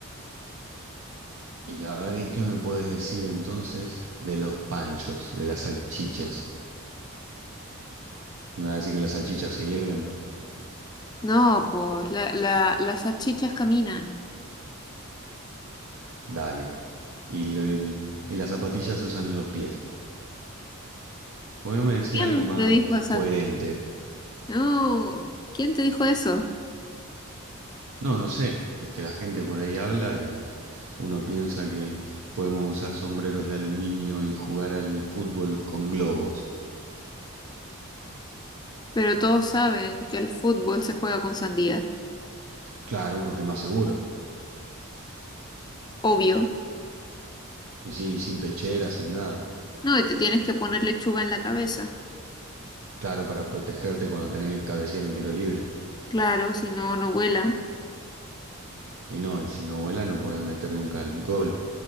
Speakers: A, on the right; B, on the left.
A: Y a ver, ¿y qué me puedes decir entonces de los panchos, de las salchichas? ¿Me vas a decir que las salchichas se hierven?
B: No, pues la, la- las salchichas caminan.
A: Dale. Y, lo- y- y las zapatillas se usan en los pies. ¿Por qué no me decía
B: ¿Quién
A: algo más
B: te dijo esa?
A: coherente?
B: No, ¿quién te dijo eso?
A: No, no sé. Este, la gente por ahí habla y uno piensa que podemos usar sombreros de aluminio y jugar al fútbol con globos.
B: Pero todos saben que el fútbol se juega con sandía.
A: Claro, porque es más seguro.
B: Obvio.
A: Y sí, sin pechera, sin nada.
B: No, y te tienes que poner lechuga en la cabeza.
A: Claro, para protegerte cuando tenés que cabecear un tiro libre.
B: Claro, si no, no vuela.
A: Y no, y si no vuela no puede meter nunca el gol.